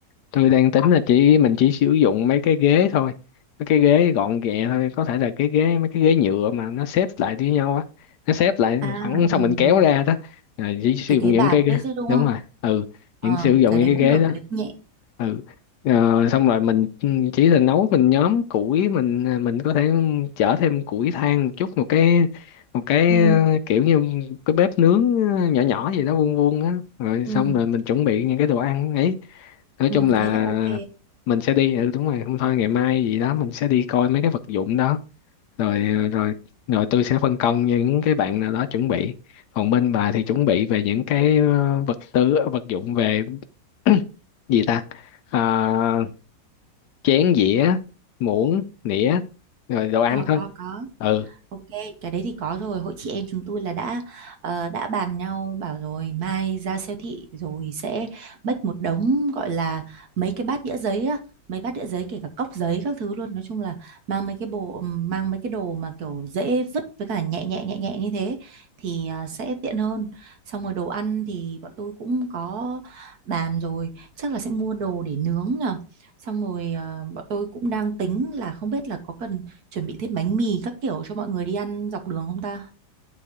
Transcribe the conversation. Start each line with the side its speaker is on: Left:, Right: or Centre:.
Left: tôi đang tính là chỉ mình chỉ sử dụng mấy cái ghế thôi mấy cái ghế gọn ghẹ thôi có thể là cái ghế mấy cái ghế nhựa mà nó xếp lại với nhau á nó xếp lại
Right: à
Left: phẳng xong
Right: ừ
Left: mình kéo
Right: rồi
Left: ra đó Rồi chỉ sử
Right: cái
Left: dụng
Right: ghế
Left: những
Right: bạt
Left: cái ghế
Right: đấy chứ đúng
Left: đúng
Right: không
Left: rồi ừ
Right: ờ
Left: những sử dụng
Right: cái
Left: những
Right: đấy
Left: cái
Right: cũng
Left: ghế
Right: được
Left: đó
Right: cái đấy cũng nhẹ
Left: ừ Ờ, xong rồi mình ừ, chỉ là nấu mình nhóm củi mình à, mình có thể chở thêm củi than một chút một cái một cái
Right: ừ
Left: ờ, kiểu như cái bếp nướng ờ, nhỏ nhỏ gì đó vuông vuông á rồi
Right: ừ
Left: xong rồi mình chuẩn bị những cái đồ ăn ấy nói
Right: ừ
Left: chung là
Right: thế là ok
Left: mình sẽ đi ừ, đúng rồi không thôi ngày mai gì đó mình sẽ đi coi mấy cái vật dụng đó rồi ờ, rồi rồi tôi sẽ phân công những cái bạn nào đó chuẩn bị còn bên bà thì chuẩn bị về những cái ờ, vật tư vật dụng về <clears throat> gì ta Ờ, chén dĩa muỗng nĩa rồi đồ ăn
Right: có
Left: thôi
Right: có có
Left: ừ
Right: Ok, cái đấy thì có rồi. Hội chị em chúng tôi là đã ờ, đã bàn nhau bảo rồi mai ra siêu thị rồi sẽ bách một đống gọi là mấy cái bát đĩa giấy á, mấy bát đĩa giấy kể cả cốc giấy các thứ luôn. Nói chung là mang mấy cái bộ mang mấy cái đồ mà kiểu dễ vứt với cả nhẹ nhẹ nhẹ nhẹ như thế thì ờ, sẽ tiện hơn. Xong rồi đồ ăn thì bọn tôi cũng có bàn rồi, chắc là sẽ mua đồ để nướng nhờ. Xong rồi ờ, bọn tôi cũng đang tính là không biết là có cần chuẩn bị thêm bánh mì các kiểu cho mọi người đi ăn dọc đường không ta?